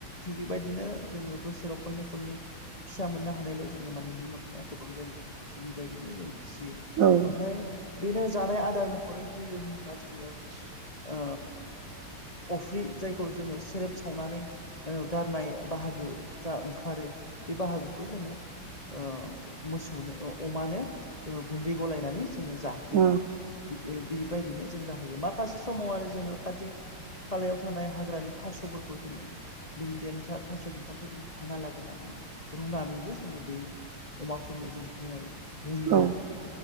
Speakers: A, on the left; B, on the right.
A: थिग बेबायदिनो जोङो बोसोराव खननै खननै फिसा मोननो हानायलाय जोङो माने मुलाम्फाया गोबां जायो जों बेबायदिनो जों फिसियो।
B: औ
A: ओमफ्राय बेनो जानाय आदार महरै होयो होनब्ला जोङो ओ अफ्रि जायखौ जोङो सेरेब सावनानै ओ गारनाय बाहागो जा ओंखारो बे बाहागोखौ जोङो ओ मोसौनो अमानो जोङो गुन्दै गलायनानै जोङो जाहोयो।
B: औ
A: बे बिनिफायदिनो जों जाहोयो माखासे समाव आरो जोङो खाथि खालायाव थानाय हाग्रानि थास'फोरखौ जोङो बिनि देन्था थास' बिफांखौ जोङो हाना लाबोनानै रुनानैबो जोङो बे अमाफोरनो जों होनाय होयो
B: औ
A: आरो।